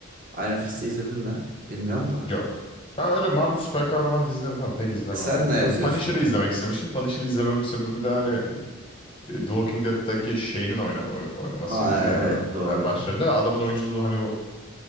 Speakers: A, on the right (about 40°); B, on the left (about 25°).
A: Iron Fist'i izledin mi? Bilmiyorum da.
B: Yok. Ben öyle Marvel süper kahraman dizilerini falan pek izlemem
A: E sen
B: yani.
A: ne yazıyorsun
B: Ben Punisher'ı
A: peki?
B: izlemek istemiştim. Punisher'ı izlememin sebebi de hani e, The Walking Dead'daki Shane'in oyna oy- oynamasıydı
A: Ha
B: yani.
A: evet doğru.
B: Yani başlarında ve adamın oyunculuğu hani o